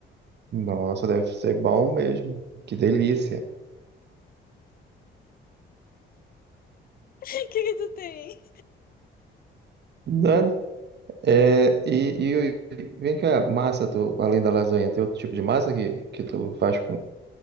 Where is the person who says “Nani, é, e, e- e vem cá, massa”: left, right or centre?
Right